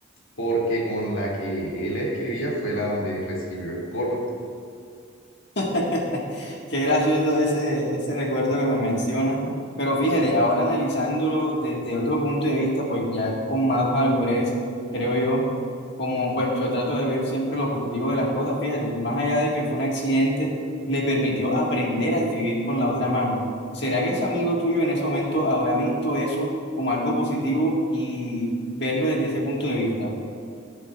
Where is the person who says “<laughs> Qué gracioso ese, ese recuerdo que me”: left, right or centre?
Left